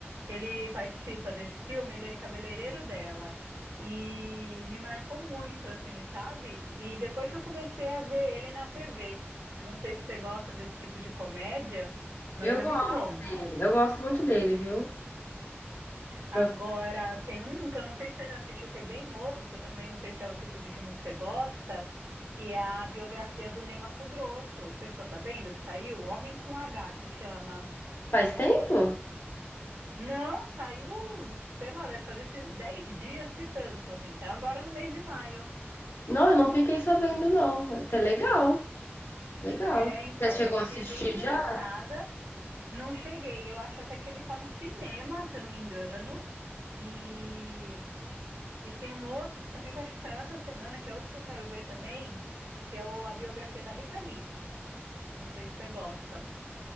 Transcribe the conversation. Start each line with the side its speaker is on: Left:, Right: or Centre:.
Right: Que ele participa desse filme, ele é cabeleireiro dela. E me marcou muito, assim, sabe? E depois que eu comecei a ver ele na TV. Eu não sei se você gosta desse tipo de comédia, mas
Left: Eu
Right: é
Left: gosto
Right: muito bom.
Left: dele, eu gosto muito dele, viu?
Right: Agora,
Left: Pronto.
Right: tem um que eu não sei se você já assistiu, que é bem novo, que eu também não sei se é o tipo de filme que você gosta, que é a biografia do Ney Matogrosso. Você ficou sabendo que saiu? Homem com H, que chama.
Left: Faz tempo?
Right: Não, saiu, sei lá, deve fazer esses 10 dias, se tanto, assim. Saiu agora no mês de maio.
Left: Não, eu não fiquei sabendo, não. É até legal, legal.
Right: É, então,
Left: Você chegou
Right: eu fiquei
Left: a assistir
Right: bem interessada.
Left: já?
Right: Não cheguei. Eu acho até que ele tá no cinema, se eu não me engano. E E tem um outro também que eu acho que saiu essa semana, que é outro que eu quero ver também, que é o- a biografia da Rita Lee. Não sei se você gosta.